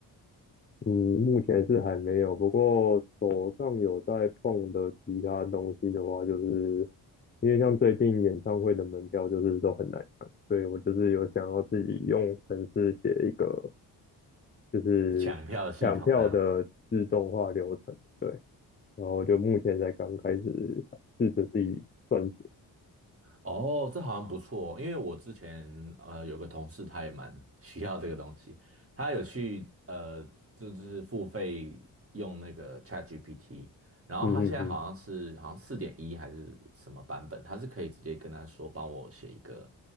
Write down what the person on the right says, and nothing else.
<laughs> 抢票系统那样？
哦，这好像不错哦因为我之前呃有个同事，他也蛮需要这个东西，他有去呃就就是付费用那个 ChatGPT，然后他现在好像是好像四点一还是什么版本，
他是可以直接跟他说帮我写一个